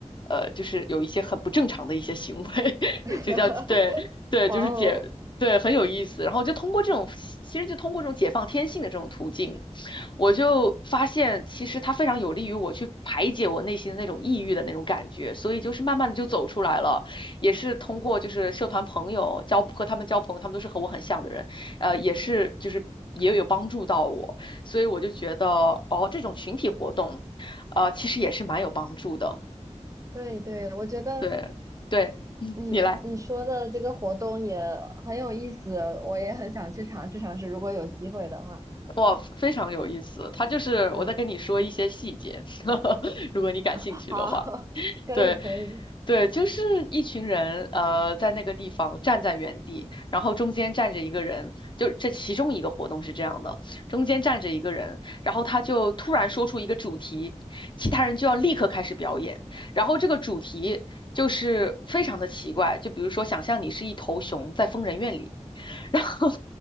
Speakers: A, on the left; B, on the right.
A: 呃，就是有一些很不正常的一些行为，<laughs>
B: <laughs>
A: 就叫对对，
B: 哇哦，
A: 就是解对很有意思。然后就通过这种，其实就通过这种解放天性的这种途径，我就发现其实它非常有利于我去排解我内心的那种抑郁的那种感觉，所以就是慢慢的就走出来了。也是通过就是社团朋友交和他们交朋友，他们都是和我很像的人，呃，也是就是也有帮助到我，所以我就觉得哦，这种群体活动，呃，其实也是蛮有帮助的。
B: 对对，我觉得
A: 对对，嗯，
B: 你你说的这个活动也很有意思，
A: 你来，
B: 我也很想去尝试尝试，如果有机会的话。
A: 哇，非常有意思。他就是我在跟你说一些细节，
B: 对，
A: <laughs> 如果你感兴趣的话。
B: 好，<laughs> 可以可以，
A: 对，对，就是一群人，呃，在那个地方站在原地，然后中间站着一个人，就这其中一个活动是这样的，中间站着一个人，然后他就突然说出一个主题，其他人就要立刻开始表演，然后这个主题就是非常的奇怪，就比如说想象你是一头熊在疯人院里。<laughs> 然后，